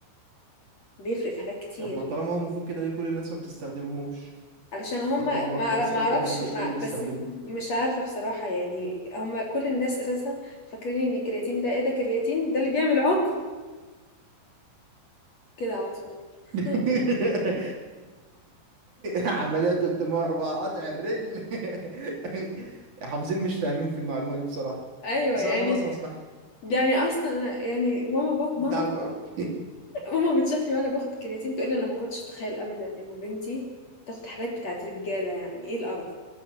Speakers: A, on the left; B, on the right.
A: بيفرق في حاجات كتير
B: طب ما طالما هو مفيد كده ليه كل الناس ما بتستخدمهوش
A: علشان
B: طب
A: هما
B: طالما هو
A: ما
B: كويس
A: أعر- ما
B: قوي
A: اعرفش
B: كده ليه مش
A: ما
B: كله
A: بس
B: بيستخدمه
A: م- مش عارفة بصراحة يعني هما كل الناس اساسا فاكرين ان الكرياتين ده ايه ده كرياتين ده اللي بيعمل عقم كده على طول
B: <laughs>
A: <laughs>
B: عملية 304 قطع الرجل <laughs> حافظين مش فاهمين في المعلومة دي بصراحة
A: ايوه
B: بس
A: يعني
B: انا أول مرة اصلا اسمعها
A: يعني اصلا أنا يعني ماما بط
B: بتاع
A: ماما بت...
B: الأرض <laughs>
A: ماما بتشوفني وانا باخد كرياتين تقول لي انا ما كنتش اتخيل ابدا ان بنتي تاخد حاجات بتاعت رجاله يعني ايه القرف